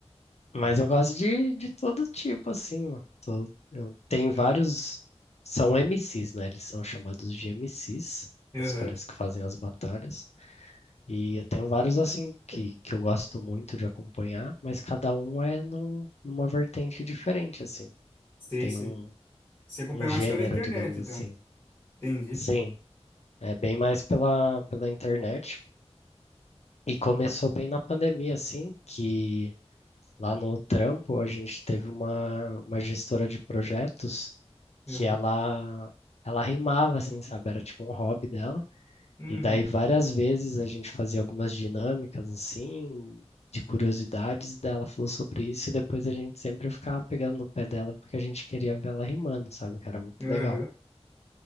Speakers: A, on the left (about 70°); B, on the left (about 25°).
A: Mas eu gosto de, de todo tipo, assim. ó. Tô- eu tenho
B: Hum.
A: vários. São MCs, né? Eles são chamados de MCs,
B: Aham.
A: os caras que fazem as batalhas. E eu tenho vários, assim, que, que eu gosto muito de acompanhar, mas cada um é num, numa vertente diferente, assim.
B: Sei,
A: Tem
B: sei.
A: um,
B: Você acompanha
A: um gênero,
B: mais pela internet,
A: digamos assim.
B: então. Entendi.
A: Sim, é bem mais pela, pela internet. E começou bem na pandemia, assim, que lá no trampo a gente teve uma, uma gestora de projetos que
B: Aham.
A: ela ela rimava assim, sabe? Era tipo um hobby dela.
B: Uhum.
A: E daí várias vezes a gente fazia algumas dinâmicas assim, de curiosidades dela falou sobre isso e depois a gente sempre ficava pegando no pé dela porque a gente queria ver ela rimando, sabe? Que era muito
B: Aham.
A: legal.